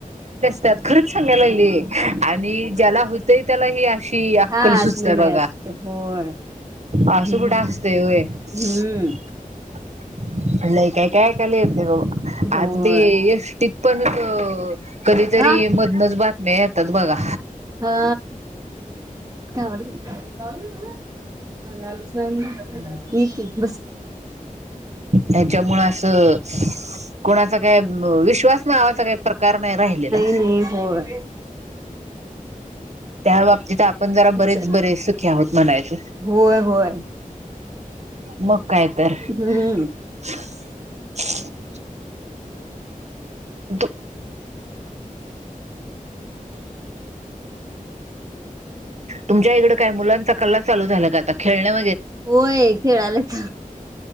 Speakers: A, on the right (about 50°); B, on the right (about 25°).
A: तात खरंच सांगाय लागलिये आणि ज्याला होतय त्याला ही अशी अक्कल
B: हा असल
A: सुचते
B: हे
A: बघा
B: असते होय हम्म
A: असं कुठे असतंय होय. <unintelligible>
B: हम्म
A: आता
B: होय
A: ते एसटीत पण अ कधीतरी
B: अ
A: मधनच बा म येतात बघा
B: हा <unintelligible> <unintelligible> ठीक आहे बस
A: याच्यामुळ असं कोणाचा काय ब विश्वास नावाचा काही प्रकार नाही राहिलेला.
B: नाही होय
A: त्या बाबतीत आपण जरा बरेच
B: चल
A: बरे सुखी आहोत म्हणायचं
B: होय होय
A: मग काय तर.
B: हम्म
A: <unintelligible> दु तुमच्या इकडडे काय मुलांचा कल्ला लू झाला का आता खेळण्या
B: होय खेळालाच